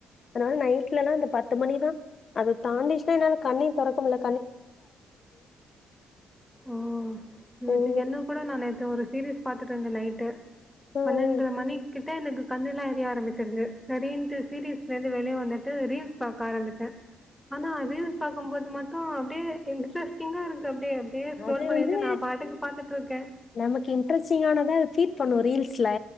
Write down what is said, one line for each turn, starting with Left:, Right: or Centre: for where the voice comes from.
Left: அனால நைட்லல்லாம் இந்த பத்து மணிதா அத தாண்டிச்சுன்னா என்னால கண்ணிய தோறக்க முடல
Centre: ம் நேதிக்
Left: ம்.
Centre: என்ன கூட நா நேத்து ஒரு சீரீஸ் பாத்தட்டுருந்த நைட்டு
Left: ம்.
Centre: பன்னெண்டுரா மணிக்கு டு எனக்கு கண்ணுலா எரிய ஆரம்பிச்சிருச்சு சரின்ட்டு டி டி எஸ்லருந்து வெளியே வந்துட்டு ரீல்ஸ் பாக்க ஆரம்பிச்ச ஆனா ரீல்ஸ் பார்க்கும்போது மட்டும் அப்படியே இன்ட்ரெஸ்ட்டிங்கா இருன்ச்சு அப்படியே அப்படியே ஸ்க்ரோல்
Left: அது
Centre: பண்ணிட்டு
Left: வந்து
Centre: நான் பாட்டுக்கு பார்த்துட்டு இருக்கேன்.
Left: நமக்கு இன்ட்ரெஸ்ட்டிங் ஆனதா பீட் பண்ணு ரீல்ஸ் ட்லா